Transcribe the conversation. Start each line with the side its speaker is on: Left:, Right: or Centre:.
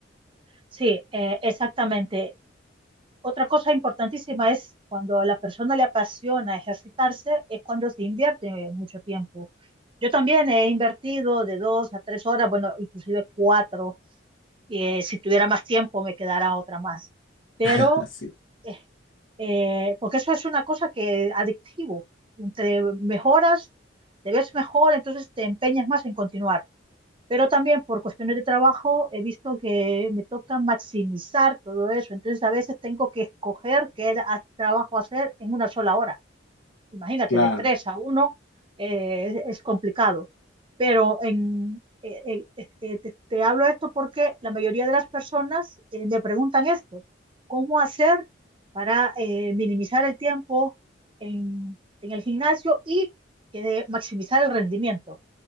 Right: Sí, eh, exactamente. Otra cosa importantísima es cuando a la persona le apasiona ejercitarse, es cuando se invierte mucho tiempo. Yo también he invertido de dos a tres horas, bueno, inclusive cuatro. eh, si tuviera más tiempo, me quedara otra más pero
Left: <laughs> Sí,
Right: eh, eh, porque eso es una cosa que adictivo. Entre mejoras, te ves mejor, entonces te empeñas más en continuar. Pero también por cuestiones de trabajo he visto que me toca maximizar todo eso. Entonces a veces tengo que escoger qué era- trabajo hacer en una sola hora imagínate,
Left: claro.
Right: de 3 a uno eh, es, complicado. Pero en, eh, eh, eh, te, te hablo de esto porque la mayoría de las personas eh, me preguntan esto, ¿cómo hacer para eh, minimizar el tiempo en, en el gimnasio y eh, maximizar el rendimiento